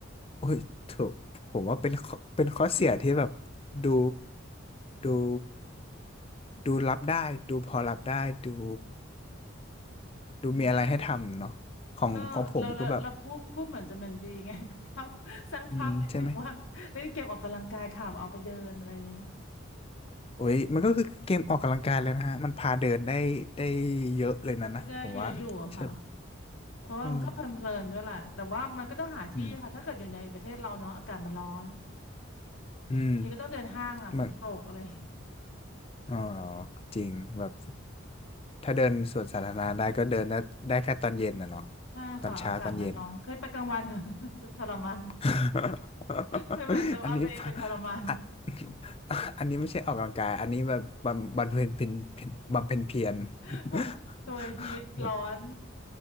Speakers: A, on the left; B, on the left.
A: โอ้ยถูกผมว่าเป็นข้อเป็นข้อเสียที่แบบดูดูดูรับได้ดูพอรับได้ดูดูมีอะไรให้ทำเนาะของของผมคือแบบ
B: มันก็ยังก็เราเราเราพูดพูดเหมือนจะเหมันดีไง <laughs> ภาพสร้างภาพนิดนึงว่าเล่นเกมออกกำลังกายค่ะเอาไปเดินอะไรอย่างนี้
A: อืมใช่ไหม โอ้ยมันก็คือเกมออกกำลังกายเลยนะฮะมันพาเดินได้ได้เยอะเลยนะนะผมว่าใช่
B: ก็ได้เยอะอยู่อะค่ะเพราะว่ามันก็เพลินๆด้วยแหละแต่ว่ามันก็ต้องหาที่ค่ะถ้าเกิดอยู่ในประเทศเราเนาะอากาศมันร้อน
A: เอออืมอืม
B: บางทีก็ต้องเดินห้างอ่ะฝนตกอะไรอย่างเงี้ย
A: มันอ๋อจริงแบบถ้าเดินสวนสาธารณะได้ก็เดินได้ได้แค่ตอนเย็นนะเนาะ
B: ใช่ค่ะอากาศมันร้อนเคยไปกลางวันค่ะ
A: ตอนเช้าตอนเย็น
B: <laughs> ทรมาน
A: <laughs>
B: คือเหมือนกับเอาตัวเองไปทรมาน
A: อันนี้ <laughs> อ่ะ <laughs> อันนี้ไม่ใช่ออกกำลังกายอันนี้แบบบำบำเพ็ญเป็นเป็นบำเพ็ญเพียร
B: <laughs> แบบตัวฮีทร้อน
A: <laughs>